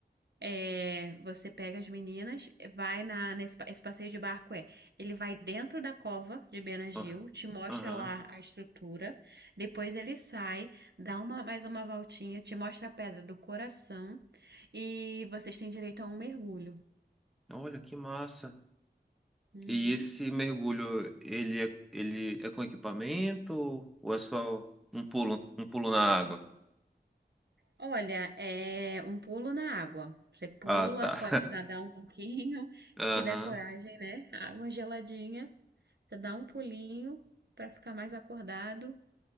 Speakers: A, on the right; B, in the centre.
A: É, você pega as meninas, vai na nesse pa- esse passeio de barco é, ele vai dentro da cova de Benagil,
B: ó,
A: te mostra
B: aham.
A: lá a estrutura, depois ele sai, dá uma mais uma voltinha, te mostra a pedra do coração e vocês têm direito a um mergulho.
B: Olha que massa.
A: Uhum.
B: E esse mergulho, ele é, ele é com equipamento ou é só um pulo, um pulo na água?
A: Olha, é um pulo na água. Você pula,
B: Ah, tá.
A: pode nadar um pouquinho, se
B: Aham.
A: tiver coragem, né? Água geladinha, você dá um pulinho para ficar mais acordado.